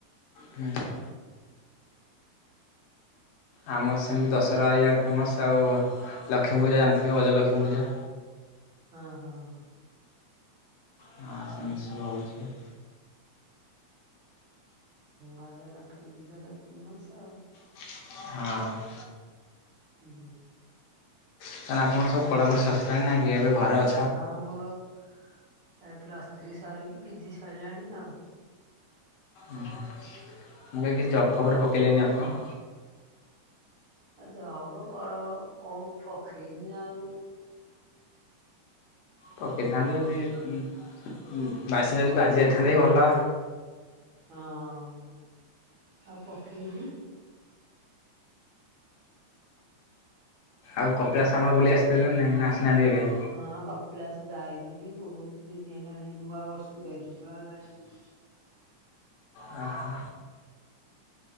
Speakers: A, on the left; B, on the right.
A: ହୁଁ ହୁଁ। ଆମର ସେମିତି ଦଶହରା ଇଆଡେ ଫେମସ ଆଉ ଲକ୍ଷ୍ମୀ ପୂଜା ଜାଣିଥିବ ଗଜଲକ୍ଷ୍ମୀ ପୂଜା।
B: ହଁ ହଁ।
A: ସେମିତି ସବୁ ହଉଚି ଆଉ।
B: ଗଜ ଲକ୍ଷ୍ମୀ ପୂଜା ତ ଫେମସ ଆଉ।
A: ହଁ।
B: ହୁଁ।
A: ସାର୍ ଆପଣଙ୍କ ସବୁ ପଢ଼ା ପଢ଼ି ସରସା ନାହିଁ କି ଏବେ ଘରେ ଅ
B: ହଁ ବ୍ରୋ ଏ ପ୍ଲସ୍ ଥ୍ରୀ ସରିକି ପିଜି ସଇଲାଣି ଆଉ
A: ମୁଁ କହିଲି କି ଜବ୍ ଫବ୍ ରେ ପକେଇଲେନି ଆପଣ।
B: ଜବ୍ କଣ ହ କୋଉ ପକେଇନି ଆଉ
A: ପକେଇଥାନ୍ତେ ଯଦି ଉଁ ଉଁ <unintelligible> ଯଦି
B: ହୁଁ।
A: ବାଜି ଯାଇଥାନ୍ତା ବି ଭଲ।
B: ହଁ ଆଉ ପକେଇବି।
A: ଆଉ କପିଳାସ ଆମର ବୁଲି ଆସିଥିଲେ ନା ନାଇଁ ନା ଆସିନାହାନ୍ତି ଏବେ?
B: ହଁ କପିଳାସ ଯାଇଥିଲି ବହୁତ ଦିନ ହେଲାଣି ନୂଆ ବର୍ଷକୁ ଯାଇଥିଲି ବା ଆଉ ଯାଇନି।
A: ଓ ହୋ